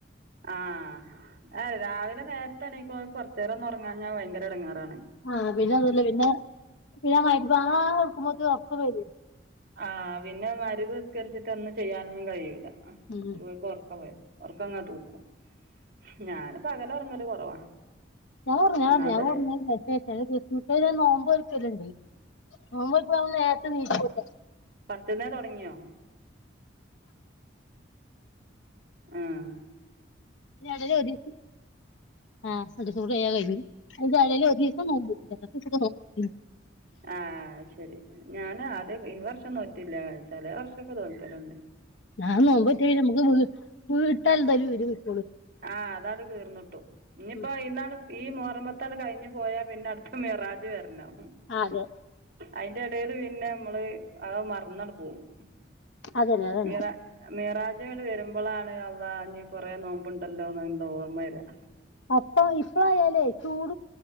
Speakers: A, on the right (about 50°); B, on the left (about 75°).
A: ആ അ രാവി നേരത്തെ എണീക്കണോൽ കൊറച്ചേരം ഒന്നൊറങ്ങാഞ്ഞാൽ ഭയങ്കര എടങ്ങേറാണ്
B: ആ പിന്നെ അതല്ല പിന്നെ പിന്നെ മൈറ്റ് പാങ്ങാന്നോർക്കുമ്പോക്ക് ഒറക്കംവരുവെ
A: ആ പിന്നെ മരുവ്വിസ്കരിച്ചിട്ടൊന്നും ചെയ്യാനൊന്നും കഴിയൂല്ല ആ
B: ഉം
A: ഓൾക്ക് ഒറക്കം വര് ഒറക്കാങ്ങാ തൂക്കും ഞാന് പകലൊറങ്ങല് കൊറവാ
B: ഞാ ഒറങ്ങാറ്ണ്ട്
A: ഒന്നാമത്
B: ഞാ ഒറങ്ങല്ണ്ട് <unintelligible> നോമ്പ് ലിണ്ട് ഓൻ മിക്കവാറും നേരത്തെ ന്നീക്കും <inaudible>
A: പത്ത്ന്നേ തൊടങ്ങിയോ ആഹ
B: എവിടെ ജോലി ആഹാ രണ്ടുസകൂടി കഴിഞ്ഞാൽ കഴിഞ്ഞു <unintelligible> ഇതിന്റെ യെടയിൽ ഒരീസം നോമ്പ്ടുത്തു <unintelligible>
A: ആഹ ശരി ഞൻ ആദ്യക്കെ ഈ വർഷ നോറ്റില്ല ചേലെ വർഷൊക്കെ നോൽകലുണ്ട്
B: അ നോമ്പേൽറ്റൽ പിന്നെ വീട്ടൽ <unintelligible>
A: ആഹ അതാണ് തീർന്നിട്ടും ഇനിയിപ്പോ
B: ഉം
A: ഐന്നാണ്ട് ഈ മോഹറം പത്താണ്ട് കഴിഞ്ഞു പോയാ പിന്നെ അടുത്ത മിറാജ് വരണം
B: അതെ
A: അതിന്റെ ഇടെൽ പിന്നെ നമ്മള് അ മറന്നങ്ങനെ പോകും
B: അതന്നെ അതന്നെ
A: മീറ മീറാജ് വരുമ്പോളാണ് അള്ളാ ഞ്ഞി കുറേ നോമ്പ് ഇപ്പണ്ടല്ലോല്ല ഓർമ്മവരാ
B: ഇപ്പ ഇപ്പഴയാലേ ചൂട്